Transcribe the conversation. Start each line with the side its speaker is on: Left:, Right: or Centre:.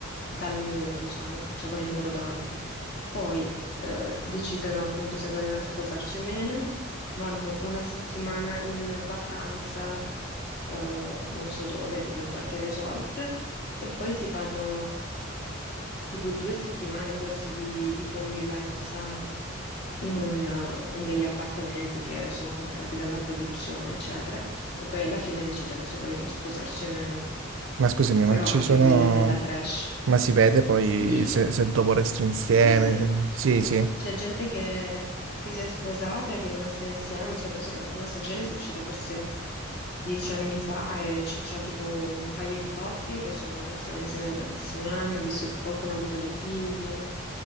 Left: dal muro, diciamo, cioè con il muro davanti. Poi eh, decidono appunto se vogliono sposarsi o meno, vanno una settimana in vacanza, eh, non so dove, tipo in qualche resort, e poi si fanno tipo due settimane forse di, di convivenza in, un, in degli appartamenti che sono comprati dalla produzione, eccetera, e poi alla fine decidono se vogliono sposarsi o meno.
Right: Ma scusami, ma
Left: Però
Right: ci
Left: anche
Right: sono...
Left: quella è bella trash.
Right: Ma si vede poi
Left: Sì, c'è-
Right: se, se dopo resto insieme?
Left: sì, sì.
Right: se- Sì, sì.
Left: C'è gente che, che si è sposata e che è rimasta insieme, cioè penso che la prima stagione sia uscita forse dieci anni fa e c'è c'è tipo un paio di coppie che sono, stanno insieme da tantissimi anni, ho visto che qualcuno ha avuto dei figli,